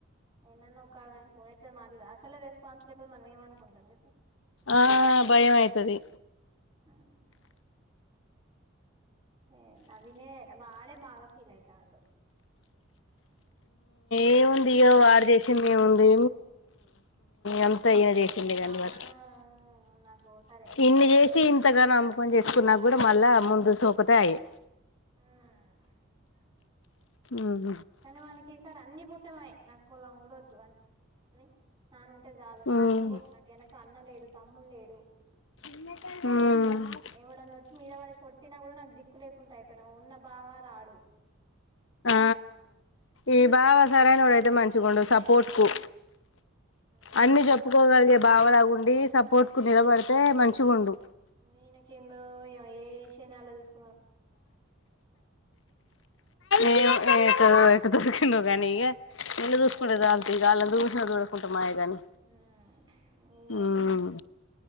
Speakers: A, on the right; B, on the left.
A: ఎన్నన్న ఉ ఫన్తే మాట్దు అసలే రెస్పాాన్స్లు ఇప్పుడు మనం ఏమ అనుకుంటాం చెప్పు
B: ఆ భయం అయితది
A: అ ఏ నవీనే వాడే బాగా ఫీల్ అయితాండు.
B: ఏముందిగో వాడు జేసిందేముంది ఎంత ఈయన చేసిందే
A: ఇంతగానం
B: కనిమాట
A: నాకు సరే
B: ఇన్ని
A: నాకు వెనక
B: చేసి ఇంతగానో అమ్మకం చేసుకున్నాక కూడా మళ్ళా అమ్మనుజుసి ఒకథాయె
A: మ్
B: మ్మ్
A: కని వానికి ఈసార్ అన్ని పోతెమాయే నాకు పోలం గుడొద్దు అన్నీ టె జాలు నాకు
B: మ్మ్
A: సపోర్ట్ నాకు ఎనక అన్నలేడు తమ్ములేడు
B: ఉమ్
A: ఎవడన్నా వచ్చి మీద వాడి కొట్టినా కూడా నాకు దిక్కు లేకుండా అయిపోయినావు ఉన్న బావ రాడు
B: ఆ ఈ బావ సరైనోడైత్ దె మంచిగుండు సపోర్ట్ కు
A: నేనే
B: అన్ని
A: సపోర్ట్
B: చెప్పుకోగలిగే బావలా ఉండి సపోర్ట్ కు నిలబడితే మంచిగుండు.
A: వీనికెందో ఏష నలా చూస్
B: ఏమో ఇక్కడపోయిండ్ <unintelligible> గానీ ఇగ. నిన్ను జూసుకుంటే చాల్తీ ఇగ అళ్ళని చూసినా చూడకుంట మాయగాని
A: ఉమ్
B: హ్మ్